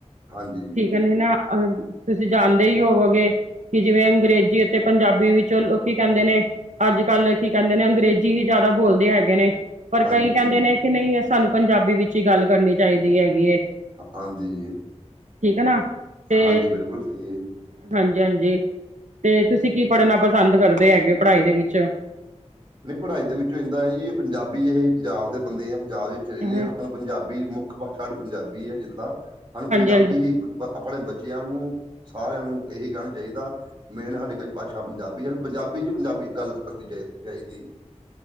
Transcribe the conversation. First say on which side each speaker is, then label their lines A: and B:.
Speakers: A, on the right (about 40°); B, on the right (about 80°).
A: ਹਾਂਜੀ ਜੀ
B: ਠੀਕ ਨਈਂ ਨਾ ਤੁਸੀਂ ਜਾਣਦੇ ਈ ਹੋਵੋਗੇ ਕਿ ਜਿਵੇਂ ਅੰਗਰੇਜ਼ੀ ਅਤੇ ਪੰਜਾਬੀ ਵਿੱਚੋਂ ਲੋਕੀ ਕੈਂਦੇ ਨੇ। ਅੱਜ-ਕੱਲ੍ਹ ਕੀ ਕੈਂਦੇ ਨੇ, ਅੰਗਰੇਜ਼ੀ ਹੀ ਜ਼ਿਆਦਾ ਬੋਲਦੇ ਹੈਗੇ ਨੇ। ਪਰ
A: ਹਾਂਜੀ
B: ਕਈ ਕੈਂਦੇ ਨੇ ਕਿ ਨਈਂ ਸਾਨੂੰ ਪੰਜਾਬੀ ਵਿੱਚ ਈ ਗੱਲ ਕਰਨੀ ਚਾਈਦੀ ਹੈਗੀ ਐ।
A: ਹਾਂਜੀ,
B: ਨਾ ਤੇ
A: ਹਾਂਜੀ ਬਿਲਕੁਲ ਸਈ ਏ।
B: ਹਾਂਜੀ ਹਾਂਜੀ ਤੇ ਤੁਸੀਂ ਕੀ ਪੜ੍ਹਨਾ ਪਸੰਦ ਕਰਦੇ ਹੈਗੇ ਪੜ੍ਹਾਈ ਦੇ ਵਿੱਚ।
A: ਨਈਂ ਪੜ੍ਹਾਈ ਦੇ ਵਿੱਚੋਂ ਇਸ ਦਾ ਇਹੀਏ ਪੰਜਾਬੀ ਏ ਪੰਜਾਬ ਦੇ ਬੰਦੇ ਆਂ ਪੰਜਾਬ ਵਿਚ ਰੈਂਦੇ
B: ਹਾਂਜੀ
A: ਆਂ। ਪੰਜਾਬੀ ਮੁੱਖ ਭਾਸ਼ਾ ਸਾ ਡੀ ਪੰਜਾਬੀ ਹੈ ਜਿੱਦਾਂ ਹਾਣੂ ਪੰਜਾਬੀ
B: ਹਾਂਜੀ
A: ਹੀ ਆਪਣੇ ਬੱਚਿਆਂ ਨੂੰ ਸਾਰਿਆਂ ਨੂੰ ਇਹੀ ਕਹਿਣਾ ਚਾਈਦਾ ਮੇਨ ਹਾਡੀ ਭਾਸ਼ਾ ਪੰਜਾਬੀ ਆ ਪੰਜਾਬੀ ਚ ਪੰਜਾਬੀ ਗੱਲ ਕਰਨੀ ਚਾਈਦੀ ਚਾਈਦੀ ਐ।